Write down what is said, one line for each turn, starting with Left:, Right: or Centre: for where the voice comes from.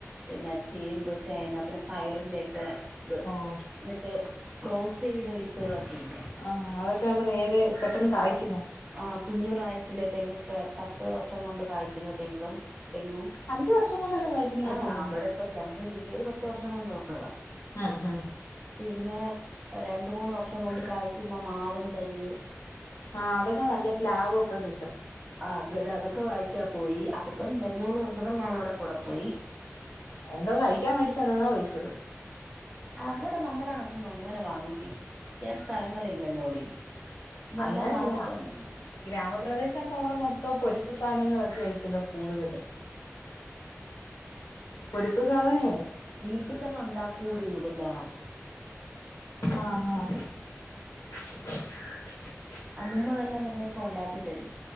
Right: പിന്നെ ചേമ്പ് ചേന പിന്നെ പയറിൻ്റെയൊക്കെ ഇ
Left: ഓഹ്
Right: മറ്റേ ക്ലോസ് ചെയ്ത വിത്തുകളൊക്കെെലെ
Left: ആഹ് അതൊക്കെ ആവുമ്പോ നേരെ പെട്ടെന്ന് കായ്ക്കുന്ന
Right: ആ കുഞ്ഞ പ്രായത്തില് തെങ്ങൊക്കെ പത്ത് വർഷം കൊണ്ട് കായ്ക്കുന്ന തെങ്ങും തെങ്ങും
Left: അഞ്ച് വർഷം കൊണ്ടൊക്കെ കായ്ക്കുന്നതൊക്കെയുണ്ട്
Right: ആ അവിടെ ഇപ്പൊ ഞങ്ങക്ക് കിട്ടിയത് പത്തു വർഷം കൊണ്ട വന്നതാ
Left: ആഹ് ആഹ്
Right: പിന്നെ രണ്ട മൂന്ന് വർഷം കൊണ്ട് കായ്ക്കുന്ന മാവ തൈയ്യ്
Left: ആ അതൊക്കെ നല്ല പ്ലാവ്ഒക്കെ കിട്ടും
Right: ആ ഗ അതൊക്കെ വായിക്കാ പോയി അപ്പപ്പം മരുന്നൂന്ന് വർഷപ്പം ഞാന ഇവിടെ കൂടെ പോയി
Left: എന്തോ കഴിക്കാൻ മേടിച്ചന്നെന്നാ പിച്ചത്
Right: അവിടെ നമ്മുടെ കണക്കന്ന് അങ്ങനെ വാങ്ങി സ്ഥലങ്ങളില്ലല്ലോടി ഇതെല്ലാം
Left: അങ്ങനല്ല
Right: നാട്ടിൽ തന്നെ
Left: ഗ്രാമപ്രദേശം അവിടെ മൊത്ത പൊരുപ്പ് സാധനം. ങ്ങളൊക്കെ ആയിട്ടല്ലോ കൂടുതല്
Right: <unintelligible>
Left: പൊരിപ്പ് സാധനേ
Right: വീട്ടിൽ തന്നെ ഉണ്ടാക്കൂടി ഇതെല്ലാം
Left: ആ ആ <inaudible>
Right: അമ്മുമ്മ തന്നെ കുറയൊക്കെ ഉണ്ടാക്കിത്തരും